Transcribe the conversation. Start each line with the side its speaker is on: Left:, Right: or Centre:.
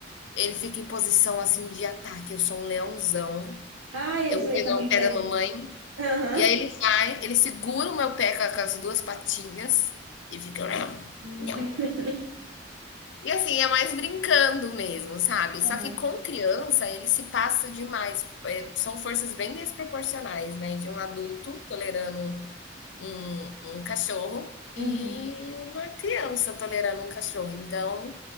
Left: ele fica em posição assim de ataque. Eu sou um leãozão.
Right: Ah, Jesus
Left: Eu vou pegar
Right: também
Left: o pé
Right: faz
Left: da mamãe.
Right: isso. Aham.
Left: E aí ele vai, ele segura o meu pé com com as duas patinhas e fica.
Right: Uhum.
Left: <sniffs> E assim, é mais brincando mesmo, sabe. Só
Right: Aham.
Left: que com criança ele se passa demais, eh, são forças bem desproporcionais, né, de um adulto tolerando um um cachorro e
Right: Uhum.
Left: uma criança tolerando um cachorro. Então,